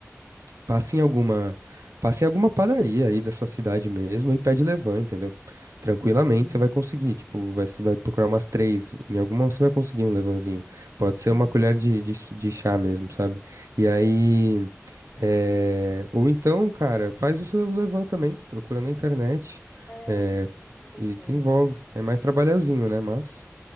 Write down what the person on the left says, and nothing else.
Hum,
Sim.
É,
eu pensei.